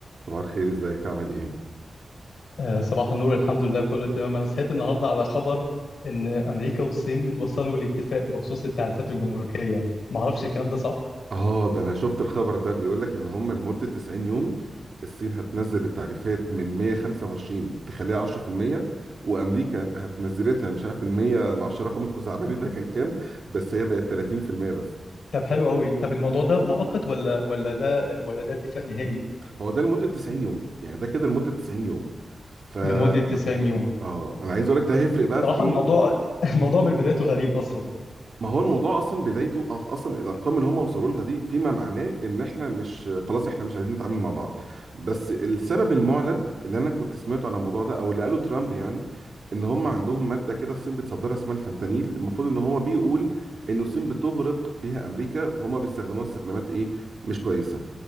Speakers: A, on the right (about 50°); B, on the left (about 80°).
A: صباح الخير ازيك عامل ايه
B: آه، صباح النور الحمد لله كله تمام انا صحيت النهارده على خبر ان امريكا والصين اتوصلوا لاتفاق بخصوص التعريفات الجمركيه ما اعرفش الكلام ده صح
A: اه ده انا شفت الخبر ده بيقول لك ان هم لمدة 90 يوم الصين هتنزل التعريفات من 125 تخليها 10% وامريكا هتنزلتها مش عارف من 100 ما اعرفش الرقم الخزعبلي ده كان كام بس هي بقت 30% بس
B: طب حلو قوي طب الموضوع ده مؤقت ولا ولا ده ولا ده اتفاق نهائي
A: هو ده لمدة 90 يوم يعني ده كده لمدة 90 يوم ف مم.
B: لمده 90 يوم
A: اه انا عايز اقول لك ده هيفرق بقى
B: صراحه
A: في ايه
B: الموضوع <laughs> الموضوع من بدايته غريب اصلا
A: ما هو الموضوع اصلا بدايته أص- اصلا الارقام اللي هم وصلوا لها دي فيما معناه ان احنا مش خلاص احنا مش عايزين نتعامل مع بعض بس السبب المعلن اللي انا كنت سمعته عن الموضوع ده او اللي قاله ترامب يعني ان هم عندهم ماده كده الصين بتصدرها اسمها الفentanyl المفروض ان هو بيقول ان الصين بتغرق بيها امريكا فهم بيستخدموها استخدامات ايه مش كويسه